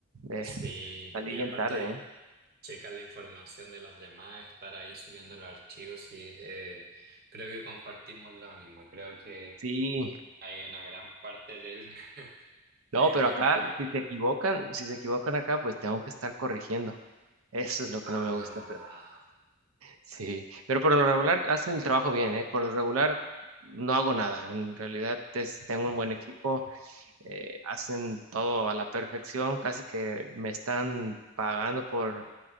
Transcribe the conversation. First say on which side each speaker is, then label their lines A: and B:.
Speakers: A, on the right; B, on the right.
A: eh,
B: Sí,
A: salí
B: y
A: bien
B: aparte
A: tarde, ¿eh?
B: checar la información de los demás, estar ahí subiendo los archivos y eh, creo que compartimos lo mismo. Creo que
A: Sí,
B: hay una gran parte del <laughs>
A: No,
B: de
A: pero acá, si se equivocan, si se equivocan acá, pues tengo que estar corrigiendo. Eso es lo que
B: ah
A: no me gusta. Pero, sí, pero por lo regular hacen el trabajo bien, ¿eh? Por lo regular no hago nada. En realidad es- tengo
B: mm,
A: un buen equipo, eh, hacen todo a la perfección, casi que me están pagando por